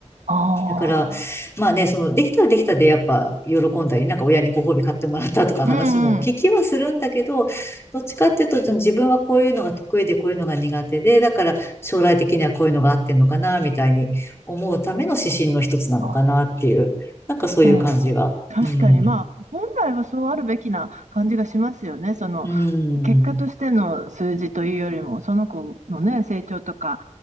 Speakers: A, on the right; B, on the left.
A: ああ、
B: だから、まあね、その、できたらできたで、やっぱ、喜んだり、なんか親にご褒美買ってもらったとか話も聞きはするんだけど、
A: うんうん。
B: どっちかっていうと、自分はこういうのが得意で、こういうのが苦手で、だから、将来的にはこういうのが合ってんのかな、みたいに思うための指針の一つなのかなっていう、
A: ああ、
B: なんかそういう感じが。
A: ああ確かに、
B: うん。
A: まあ、本来はそうあるべきな感じがしますよね。その、
B: うん。
A: 結果としての数字というよりも、その子のね、成長とか、